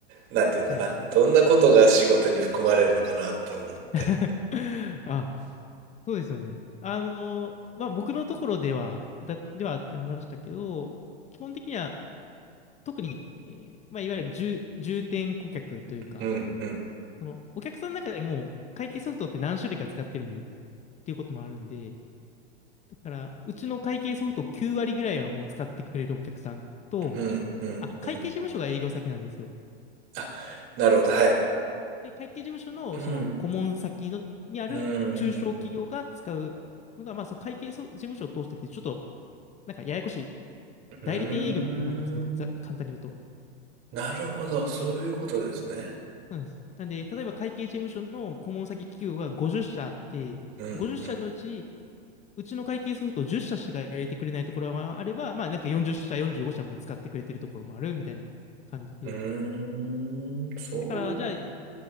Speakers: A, on the right; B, on the left.
A: なんていうのかな、
B: はい。
A: どんなことが仕事に含まれるのかなって思って。
B: <laughs> あ、そうですよね。あの、まあ、僕のところでは、だ、ではありましたけど、基本的には、特に、えーまあ、いわゆる重、重点顧客というか、
A: うん、うん、
B: その、お客さんの中でも、会計ソフトって何種類か使ってるんで、っていうこともあるんで、だから、うちの会計ソフト9割ぐらいはもう使ってくれるお客さんと、
A: うん、うん、
B: あ、会計事務所が営業先なんですよ。
A: うん。あ、なるほど、はい。
B: で、会計事務所のその顧問先のにある中小企業が使うのが、
A: うん、うん、
B: まあ、その会計そ事務所を通してて、ちょっとなんかややこしい
A: うーん。
B: 代理店営業みたいな感じなんですけど、ざ簡単に言うと。
A: なるほど、そういうことですね。
B: なんです。なんで、例えば会計事務所の顧問先企業が50社あって、
A: うん、
B: 50社のうち
A: うん、
B: うちの会計ソフト10社しか入れてくれないところもあれば、まあなんか40社、45社も使ってくれてるところもあるみたいな感じで。
A: うーん、そういうこ
B: だからじゃあ、